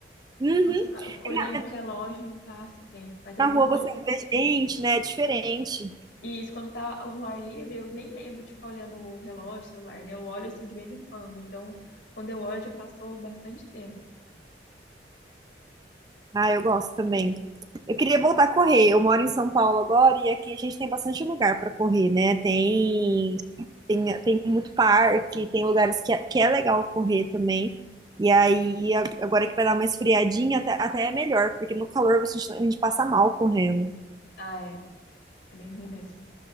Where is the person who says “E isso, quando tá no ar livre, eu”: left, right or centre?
Left